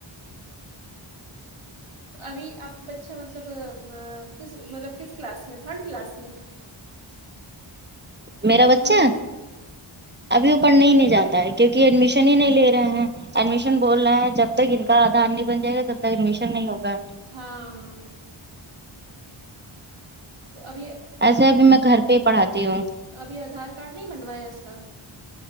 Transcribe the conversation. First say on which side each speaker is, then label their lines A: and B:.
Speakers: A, on the right; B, on the right.
A: تو ابھی آپ بچہ مطلب آ مطلب کس کلاس میں تھرڈ کلاس میں
B: میرا بچہ
A: ہوں
B: ابھی وہ پڑھنے ہی نہیں جاتا ہے کیونکہ ایڈمیشن ہی نہیں لے رہا ہیں ایڈمیشن بول رہا ہیں جب تک ان کا آدھار نہیں بن جائے گا تب تک ایڈمیشن نہیں ہوگا
A: ہاں تو ابھی یہ
B: ایسا ہے کہ میں گھر پہ ہی پڑھاتی ہوں
A: تو ابھی آدھار کارڈ نہیں بنوایا اس کا